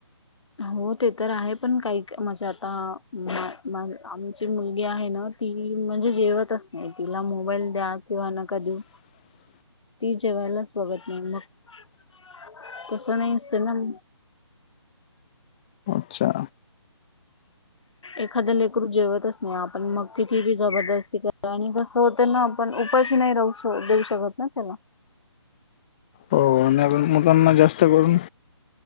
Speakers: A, on the left; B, on the left.
A: हो ते तर आहे पण काही माझे आता मा मा आमची मुलगी आहे ना -- ती म्हणजे जेवतच नाही. तिला मोबाईल द्या किंवा नका देऊ.
B: <inaudible>
A: ती जेवायलाच बघत नाही. मग तसं नाही असत ना.
B: अच्छा.
A: एखाद लेकरू जेवतच नाही. आपण मग किती जबरदस्ती करा आणि भ -- रताना पण उपाशी नाही राहू श देऊ शकत ना त्याला.
B: हो. ना कारण मुलांना जास्त करून